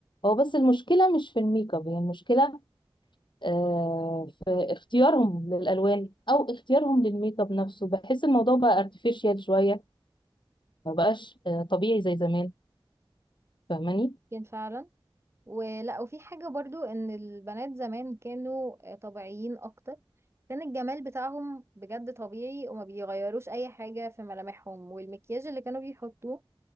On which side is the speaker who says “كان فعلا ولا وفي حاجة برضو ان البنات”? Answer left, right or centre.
Right